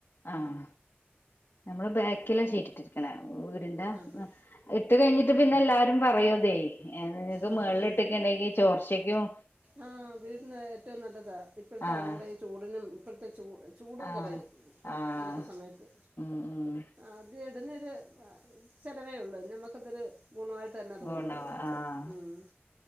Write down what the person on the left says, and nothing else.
ആഹ് നമ്മള് ബാക്കിലാ ഷീറ്റിട്ടിരിക്കണെ വീടിന്റെ
ഇട്ട് കഴിഞ്ഞിട്ട് പിന്നെ എല്ലാരും പറയും അതേ നിങ്ങക്ക്
മേൾള് ഇട്ട്ക്ക്‌ണെങ്കി ചോർച്ചയ്ക്കും
ആഹ്
ആഹ്
ആഹ്
ഉം ഉം
ഗുണവാ ആഹ്